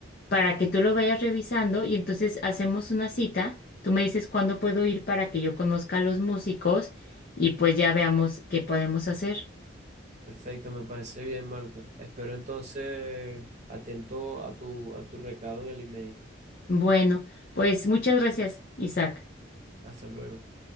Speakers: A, on the left; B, on the right.
A: para que tú lo vayas revisando y entonces hacemos una cita. Tú me dices cuándo puedo ir para que yo conozca a los músicos y pues ya veamos qué podemos hacer.
B: Perfecto, me parece bien, Marta. Espero entonces atento a tu, a tu recado en el email.
A: Bueno, pues muchas gracias, Isaac.
B: Hasta luego.